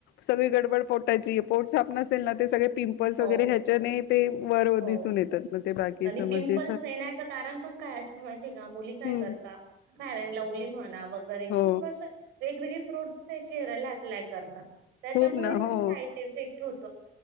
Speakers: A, on the left; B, on the right.
A: सगळी गडबड पोटाची पोट साफ नसेल ना ते सगळे पिंपल्स
B: हो
A: वगैरे ह्याच्याने ते बर
B: हो
A: दिसून येतात मग ते बाकीचं
B: आणि पिंपल्स
A: म्हणजे
B: येण्याच कारण पण काय असतं माहिती आहे का मुली काय
A: हम्म.
B: करता फ्यारन लव्हली म्हणा वगैरे
A: हो
B: खूप कसं वेगवेगळे प्रोडक्ट चेहऱ्याला अप्लाय करतात त्याच्यामुळे
A: खूप ना
B: पण
A: हो
B: साइट इफेक्ट होत.